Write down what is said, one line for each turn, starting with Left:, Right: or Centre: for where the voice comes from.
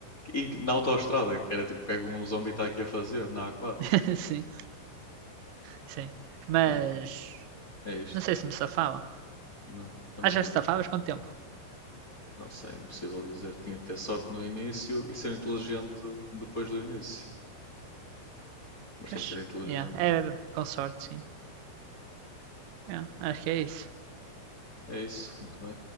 Left: E na autoestrada, que era tipo o que é que um zombi está aqui a fazer, na A4.
Right: <laughs> sim, sim. Mas,
Left: Mas pronto, é isto.
Right: não sei se me safava.
Left: Não, também
Right: Ah, já
Left: não.
Right: que safavas? Quanto tempo?
Left: Não sei, é impossível dizer. Tinha que ter sorte no início e ser inteligente depois do início. Mas
Right: Pois,
Left: sem ser inteligente.
Right: yeah. É, com sorte, sim. Yeah, acho que é isso.
Left: É isso, muito bem.